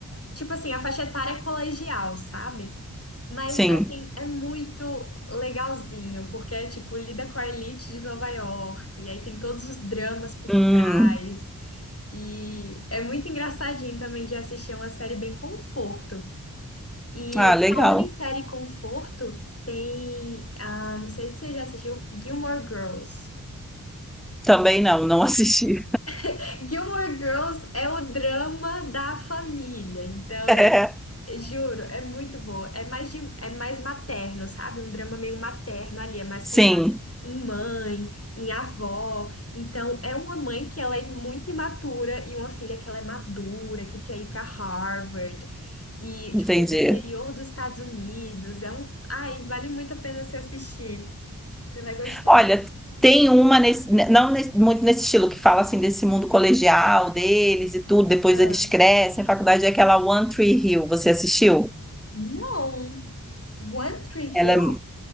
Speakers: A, on the left; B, in the centre.
A: tipo assim, a faixa etária é colegial, sabe? Mas,
B: Sim.
A: assim, é muito legalzinho, porque, é, tipo, lida com a elite de Nova York, e aí tem todos os dramas por
B: Hum,
A: trás, e é muito engraçadinho também de assistir é uma série bem conforto. E
B: ah, legal.
A: falando em série conforto, tem, ah, não sei se você já assistiu, Gilmore Girls.
B: Também não, não assisti.
A: <laughs> Gilmore Girls é o drama da família, então
B: <laughs> É.
A: Juro, é muito boa. É mais de, é mais materno, sabe? Um drama meio materno ali, é mais
B: Sim,
A: focado em mãe, em avó. Então, é uma mãe que ela é muito imatura e uma filha que ela é madura, que quer ir pra Harvard e tipo
B: entendi.
A: no interior dos Estados Unidos. É um, ai, vale muito a pena se assistir. Você vai gostar.
B: Olha, tem uma nesse, né, não nesse- muito nesse estilo que fala assim desse mundo colegial deles e tudo, depois
A: Ah,
B: eles crescem. A faculdade é aquela One Tree Hill, você assistiu?
A: não. One Tree Hill?
B: Ela é